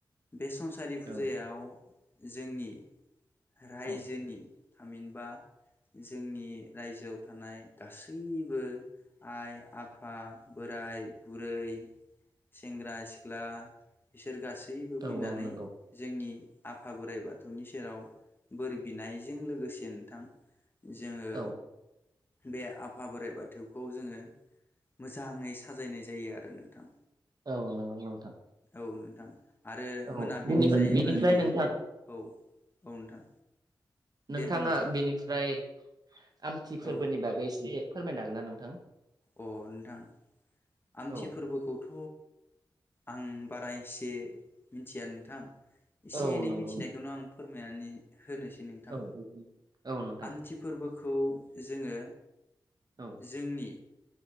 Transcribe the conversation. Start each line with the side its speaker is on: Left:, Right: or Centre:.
Left: बे संसारि फुजायाव
Right: औ
Left: जोंनि रायजो
Right: औ
Left: थामिनबा जोंनि रायजोआव थानाय गासैबो आइ आफा बोराय बुरै सेंग्रा सिख्ला बिसोर गासै गासैबो फैनानै
Right: औ औ नंगौ
Left: जोंनि आफा बोराइ बाथौनि सेराव बोर बियो बिनायजों लोगोसे नोंथां जोङो
Right: औ
Left: बे आफा बोराइ बाथौखौ जोंङो मोजाङै साजायनाय जायो आरो नोंथां
Right: औ नोंगौ नोंथां
Left: औ नोंथां आरो
Right: औ
Left: मोनाबिलि
Right: बिनिफ्राय
Left: जायोब्ला
Right: बिनिफ्राय
Left: जोंङो
Right: नोंथां
Left: औ औ नोंथां
Right: नोंथाङा
Left: दे बुंनायसै
Right: बेनिफ्राय आमथि फोरबोनि
Left: औ
Right: बागै एसे फोरमायनो हागोन ना नोंथां
Left: अ नोंथां आमथि
Right: औ
Left: फोरबोखौथ' आं बारा एसे मिथिया नोंथां एसे
Right: औ
Left: एनै
Right: नंगौ
Left: मिथिनायखौनो आं फोरमायनानै होनोसै नोंथां
Right: औ औ नोंथां
Left: आमथि फोरबोखौ जोङो
Right: औ
Left: जोंनि